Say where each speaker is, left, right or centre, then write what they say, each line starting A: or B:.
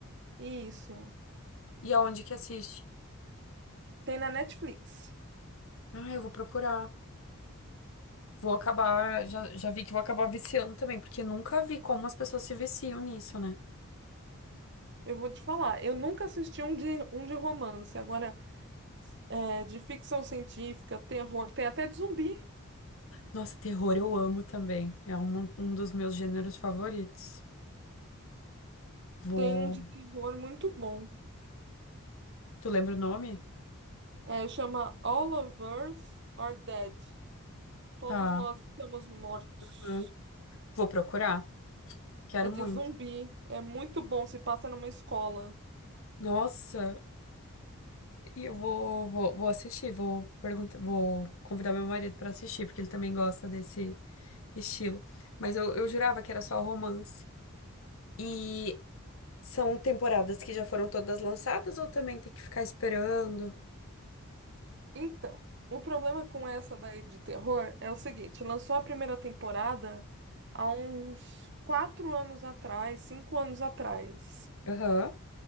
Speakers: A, on the right; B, on the left.
A: Isso.
B: E aonde que assiste?
A: Tem na Netflix.
B: Ah, eu vou procurar. Vou acabar, já, já vi que vou acabar viciando também, porque nunca vi como as pessoas se viciam nisso, né?
A: Eu vou te falar, eu nunca assisti um de, um de romance. Agora, é, de ficção científica, terror, tem até de zumbi.
B: Nossa, terror eu amo também. É um, um dos meus gêneros favoritos. Vou.
A: Tem um de terror muito bom.
B: Tu lembra o nome?
A: É, chama All of Us Are Dead. Todos
B: Tá.
A: nós estamos mortos.
B: Hã? Vou procurar. Quero
A: É de
B: muito.
A: zumbi. É muito bom, se passa numa escola.
B: Nossa, e eu vou, vou, vou assistir, vou perguntar, vou convidar meu marido pra assistir, porque ele também gosta desse estilo. Mas eu, eu jurava que era só romance. E São temporadas que já foram todas lançadas ou também tem que ficar esperando?
A: Então, o problema com essa daí de terror é o seguinte: lançou a primeira temporada há uns quatro anos atrás, cinco anos atrás.
B: Aham.